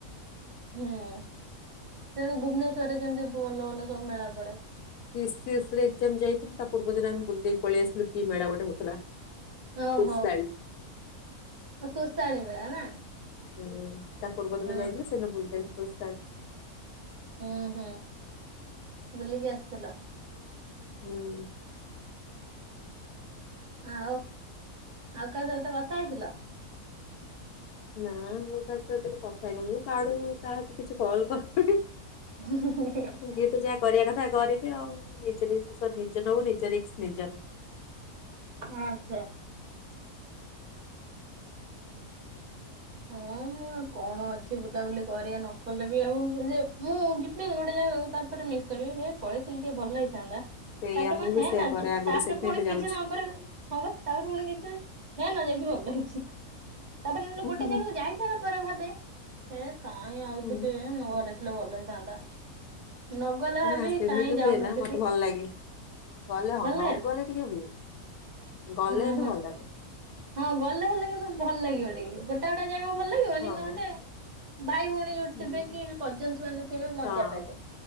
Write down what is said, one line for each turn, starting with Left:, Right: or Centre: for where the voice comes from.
Right: ହୁଁ ସେମତି ଭୁବନେଶ୍ଵରରେ ଯେମତି ଭଲ ଭଲ ସବୁ ମେଳା ପଡେ।
Left: ଟି ସି ଏସ୍ ରେ ଏକ୍ଜାମ୍ ଯାଇଥିଲୁ ତା ପୂର୍ବ ଦିନ ଆମେ ବୁଲଦେଇକି ପଳେଇ ଆସିଲୁ କି ମେଳା ଗୋଟେ ହଉଥିଲା।
Right: ଓହୋ
Left: ତୋଷାଳି
Right: ତୋଷାଳୀ ମେଳା ନା?
Left: ହୁଁ ତା ପୂର୍ବ ଦିନ
Right: ହଁ
Left: ଯାଇଥିଲେ ସେଦିନ ବୁଲିବାଲିକି ବାସ୍ ଆଇଲି।
Right: ହୁଁ ହୁଁ ବୁଲିକି ଆସଥିଲ?
Left: ହୁଁ।
Right: ଆଉ ଆଉ କାହା ସହିତ କଥା ହେଇଥିଲ?
Left: ନା ମୁଁ କାହା ସହିତ ତ କଥା ହେଇନି ମୁଁ କାଡୁ କାହାକୁ କିଛି କଲ କରୁନି।
Right: ହଁ
Left: ଯିଏ ତ ଯାହା କରିବା କଥା କରିବି ଆଉ। ନିଜର ଦିଶିସନ୍ ନିଜେ ନେବୁ ନିଜ ରିଷ୍କ୍ ନିଜର।
Right: ହଁ ଆଛା। ହଁ ମୁଁ କଣ ଅଛି ବୁଲାବୁଲି କରିବା ନ କଲେ ବି ଆଉ ମୁଁ ଯିବିନି ଗୋଟେ ଜାଗାକୁ ତା ମିସ୍ କରିବି ହେ ପଳେଇଥିଲି ଟିକେ ଭଲ ଲାଗିଥାନ୍ତା।
Left: ସେଇଆ
Right: ତାପରେ
Left: ମୁଁ
Right: କଣ
Left: ବି
Right: ହେ
Left: ସେଇଆ
Right: ନା
Left: କରେ ଆଗରୁ
Right: ତାପରେ
Left: ସେଇଥିପାଇଁ
Right: ପୁଣି
Left: ଏବେ ଯାଉଛି।
Right: କିଛି ସମୟ ପରେ ହଁ, ବା ତାପରେ ପୁଣି କିଛି ହେ ନ ଯାଇଛି ଭଲ ଲାଗଛି। ତାପରେ
Left: ହୁଁ ହୁଁ
Right: ଇ ସାରା ପରେ ଭାବେ ହେ କାଇଁ ଆଉ
Left: ହୁଁ
Right: ସେଠି ନ ଘରେ ଥିଲେ ଭଲ ହେଇଥାନ୍ତା। ନଗଲେ ଭାବି
Left: ନା ସେମିତି
Right: କାହିଁ ଯାଉନଥିଲି
Left: ହୁଏ ନା ମତେ ଭଲ ଲାଗେ। ଗଲେ ହଁ
Right: ଭଲ
Left: ନ ଗଲେ ଟିକେ ହୁଏ ଗଲେ
Right: ହଁ
Left: ହେଲେ
Right: ହଁ
Left: ଭଲ ଲାଗେ
Right: ହଁ ଗଲେ ଭଲ କିନ୍ତୁ ଭଲ ଲାଗିବ ଟିକେ ଗୋ ଏତେ ଗଟା ଜାଗକ ଭଲ ଲାଗିବନି
Left: ହଁ।
Right: ନହେଲେ ଭାଇ ଭଉଣୀ
Left: ହୁଁ
Right: ଥେ କି କଜନ ମାନେ ଥିବେ ମଜା
Left: ହଁ
Right: ଲାଗେ